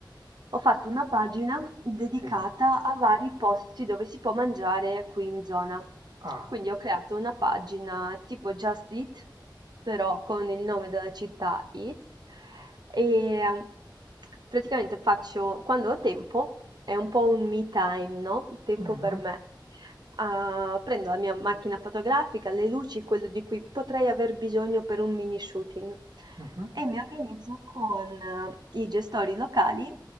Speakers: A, on the right; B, on the right.
A: Ho fatto una pagina dedicata
B: sì.
A: a vari posti dove si può mangiare qui in zona.
B: Ah,
A: Quindi ho creato una pagina tipo Just Eat, però con il nome della città Eat, e mm, praticamente faccio, quando ho tempo, è un po' un me time, no? Un Tempo
B: mhm,
A: per me. Ah, prendo la mia macchina fotografica, le luci, quello di cui potrei aver bisogno per un mini shooting
B: mhm,
A: e mi organizzo con eh, i gestori locali,